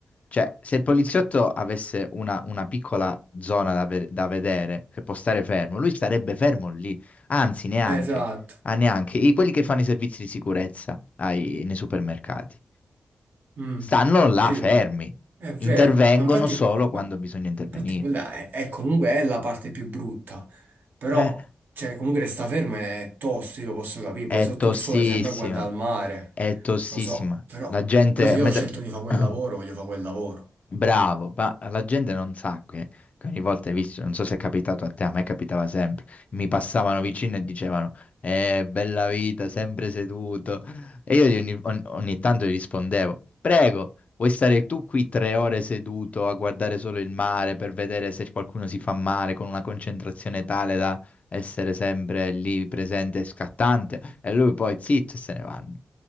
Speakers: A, on the left; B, on the right.
A: Cioè, se il poliziotto avesse una, una piccola zona da, ve- da vedere, che può stare fermo, lui starebbe fermo lì. Anzi, neanche,
B: Esatto.
A: ah, neanche. I- quelli che fanno i servizi di sicurezza ai- nei supermercati
B: Mm.
A: stanno là
B: Sì,
A: fermi,
B: è vero.
A: intervengono
B: Ma infatti,
A: solo quando
B: ma- ma
A: bisogna intervenire.
B: infatti quella è, è comunque è la parte più brutta. Però,
A: Eh,
B: cioè, comunque resta fermo è tosto, io lo posso capire.
A: è
B: Poi sotto
A: tossissima,
B: il sole sembra guardare al mare.
A: è tossissima.
B: Lo so, però,
A: La gente,
B: però se
A: a
B: io
A: me
B: ho scelto
A: da-
B: di fare quel
A: <clears throat>
B: lavoro, voglio fare quel lavoro.
A: Bravo, ma la gente non sa che, che ogni volta hai visto, non so se è capitato a te, a me capitava sempre, mi passavano vicino e dicevano, eh, bella vita, sempre seduto. E io gli ogni, ogni- ogni tanto gli rispondevo, prego, vuoi stare tu qui tre ore seduto a guardare solo il mare per vedere se qualcuno si fa male con una concentrazione tale da essere sempre lì presente e scattante? E lui poi zitto e se ne vanno.